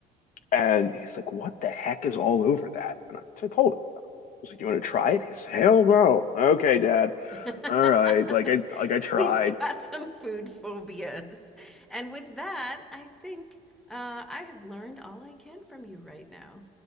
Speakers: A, on the left; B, in the centre.
A: And he's like, "What the heck is all over that?" And I, so I told him, "I was like, you want to try it?" He's, "Hell no." Okay, Dad.
B: <laughs>
A: All right. Like I like I
B: He's
A: tried.
B: got some food phobias. And with that, I think uh, I have learned all I can from you right now.